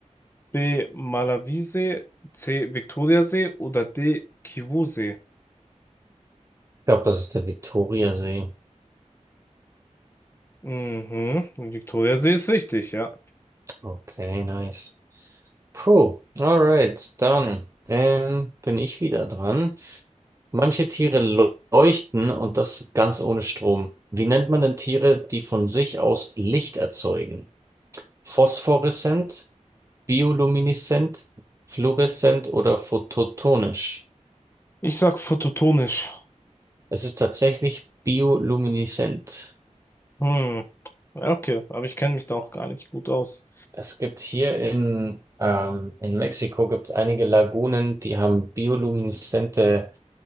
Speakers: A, on the left; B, on the right.
A: B, Malawisee, C, Viktoriasee oder D, Kivu-See?
B: Ich glaube, das ist der Viktoriasee.
A: Mhm, Viktoriasee ist richtig, ja.
B: Okay, nice. Puh, alright, dann ähm, bin ich wieder dran. Manche Tiere leuchten und das ganz ohne Strom. Wie nennt man denn Tiere, die von sich aus Licht erzeugen? Phosphoreszent, biolumineszent, fluoreszent oder phototonisch?
A: Ich sag phototonisch.
B: Es ist tatsächlich biolumineszent.
A: Hm, ja, okay, aber ich kenne mich da auch gar nicht gut aus.
B: Es gibt hier in, ähm, in Mexiko gibt's einige Lagunen, die haben biolumineszente